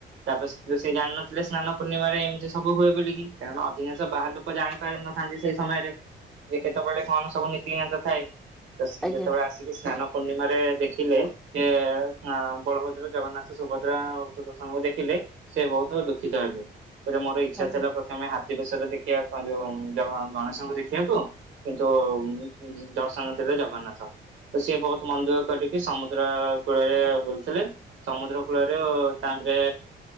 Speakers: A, on the right; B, in the centre.
A: ତାପରେ ସିଏ ଜାଣିନଥିଲେ ସ୍ନାନପୂର୍ଣ୍ଣିମାରେ ଏମତି ସବୁ ହୁଏ ବୋଲିକି, କାରଣ ଅଧିକାଂଶ ବାହାରଲୋକ ଜାଣି ଜାଣିନଥାନ୍ତି ସେଇ ସମୟରେ, ଯେ କେତେବେଳେ କଣ ସବୁ ନୀତିକାନ୍ତ ଥାଏ। ତ ସିଏ
B: ଆଜ୍ଞା
A: ଯେତେବେଳେ
B: ଆଜ୍ଞା
A: ଆସିକି ସ୍ନାନପୂର୍ଣ୍ଣିମାରେ ଦେଖିଲେ ସେ ବଳଭଦ୍ର, ଜଗନ୍ନାଥ, ସୁଭଦ୍ରା ଓ ସୁଦର୍ଶନକୁ ଦେଖିଲେ ସେ ବହୁତ ଦୁଃଖିତ ହେଲେ। ଏଥିରେ ମୋର ଇଚ୍ଛା
B: ଆଜ୍ଞା
A: ଥିଲା, ପ୍ରଥମେ ହାତୀ ବେଶରେ ଦେଖିବା କଣ ଯୋଉ ଗଣେଶଙ୍କୁ ଦେଖିବାକୁ କିନ୍ତୁ ଉମ୍ ଦର୍ଶନ ଦେଲେ ଜଗନ୍ନାଥ। ତ ସିଏ ବହୁତ ମନ ଦୁଃଖ କଲେ କି ସମୁଦ୍ରକୂଳରେ ବୁଲୁଥିଲେ ସମୁଦ୍ରକୂଳରୁ ତାଙ୍କରେ